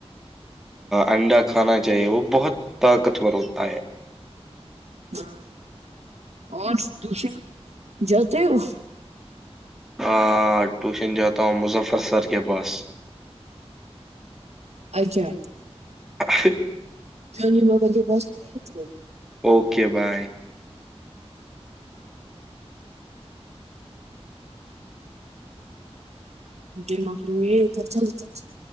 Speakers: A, in the centre; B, on the right (about 75°).
A: انڈا کھانا چاہیے وہ بہت طاقتورور ہوتا ہے
B: ہاں اور وشن جتے ہو
A: ہ ٹیوشن جاتا ہوں مظفر سر کے پاس
B: اچھا
A: ج
B: جونی بگت بستی ہو
A: اوکے بائے
B: ج مکلو یہ کر ج ت جل